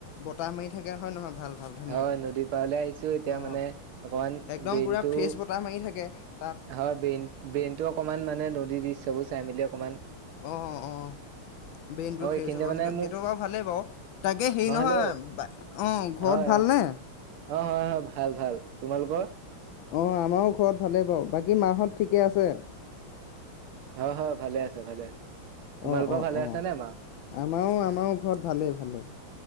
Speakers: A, on the left; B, on the right.
A: বতাহ মাৰি থাকে হয় নহয় ভাল ভাল ধুনীয়াকে
B: হয় নদীৰ পাৰলৈ আহিছো এতিয়া
A: অ
B: মানে অকমান
A: একদম
B: ব্ৰেইনটো
A: পুৰা ফ্ৰেছ বতাহ মাৰি থাকে তাত
B: হয় বেইন ব্ৰেইনটো অকনমান মানে নদীৰ দৃশ্য বোৰ চাই মেলি অকণমান
A: অ অ ব্ৰেইনতটো
B: অ
A: ফ্ৰেছ
B: এইখিনিতে
A: হব
B: মানে
A: সেইটো সেইটো
B: মোক
A: বাৰু ভালেই বাৰু তাকে হেৰি
B: অ
A: নহয়
B: হেল্ল'
A: আহ ঘৰত
B: হয়
A: ভালনে
B: অ
A: আহ
B: অ হয় হয় ভাল ভাল তোমালোকৰ
A: অ আমাৰো ঘৰত ভালেই বাৰু বাকী মা হত ঠিকে আছে
B: অ হয় ভালে আছে ভালে আছে তোমালোকৰ
A: অ অ
B: ভালে
A: অ
B: আছে নে মা?
A: আমাৰো আমাৰো ঘৰত ভালেই ভালেই।